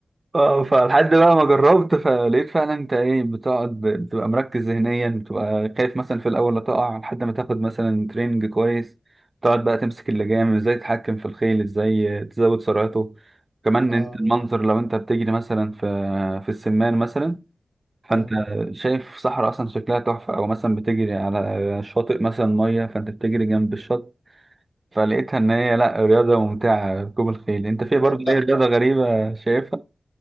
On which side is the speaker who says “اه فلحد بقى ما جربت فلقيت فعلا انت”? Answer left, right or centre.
Right